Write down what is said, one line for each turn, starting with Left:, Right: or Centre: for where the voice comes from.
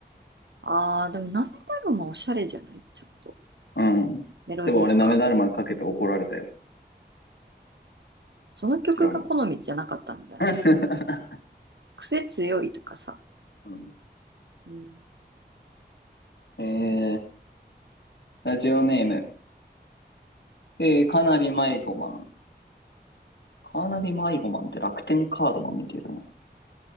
Right: あー、でもナメダルもおしゃれじゃないちょっと。
Left: うん。
Right: メロディーとか。
Left: でも俺なめだるまかけて怒られたよ。
Right: その曲が好みじゃなかったんだよ。
Left: 白に。<laughs>
Right: 癖強いとかさ。
Left: うん
Right: うん。
Left: えー、ラジオネーム。えー、カーナビ迷子マン。カーナビ迷子マンって楽天カードマンみたいだな。